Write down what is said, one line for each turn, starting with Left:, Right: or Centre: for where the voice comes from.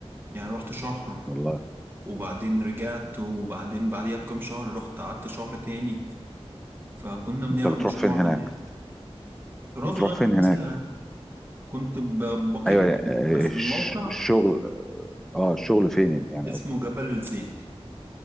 Right: يعني رحت شهر
Centre: والله
Right: وبعدين رجعت وبعدين بعديها بكام شهر رحت قعدت شهر تاني فكنا بنعمل
Centre: انت بتروح
Right: مشروع
Centre: فين هناك
Right: هناك في راس
Centre: بتروح
Right: غارب
Centre: فين
Right: نفسها
Centre: هناك
Right: كنت ب- بقيم
Centre: ايوه يعني،
Right: فيه، بس
Centre: آه، الش-
Right: الموقع
Centre: الشغل اه الشغل فين يعني
Right: اسمه
Centre: قصدي
Right: جبل الزيت